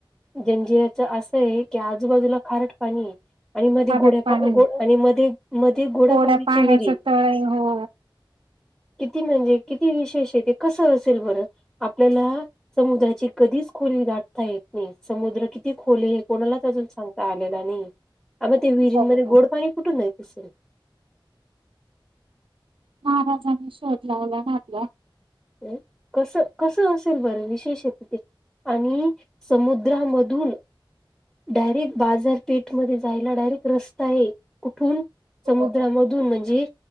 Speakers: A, in the centre; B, on the right.
A: जंजिराच असं आहे की आजूबाजूला खारट पाणी आणि मध्ये
B: खाऱ्यात
A: गोड्या
B: पाणी
A: आणि मध्ये मध्ये गोड्यापाडीची
B: कोड्या पाण्याच
A: विरी
B: तळ
A: <inaudible> <unintelligible>
B: आहे हो
A: <inaudible> किती म्हणजे किती विशेष आहे ते कस असेल बर आपल्याला समुद्राची कधी खोली गाठता येत समुद्र कि <unintelligible> खोले हे कोणालाच अजून सांगता आलेला नाही आणि ते विहिरींमध्ये
B: बरोबर
A: गोड पाणी कुठून कसंय
B: महाराजांनी शोध लावला ना आपल्या
A: अ कस कस असेल बरं विशेष आहे तिथे आणि समुद्रांमधून डायरेक्ट बाजारपेठ मध्ये जायला डायरेक्ट रस्ता आहे कुठून
B: बरोबर
A: समुद्रामधून म्हणजे